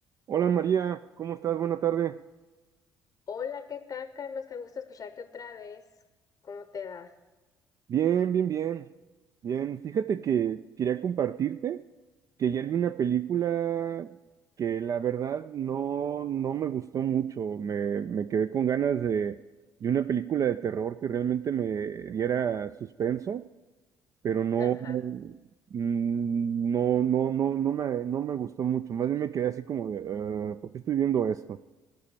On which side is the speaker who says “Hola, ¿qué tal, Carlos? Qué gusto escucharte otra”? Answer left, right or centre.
Left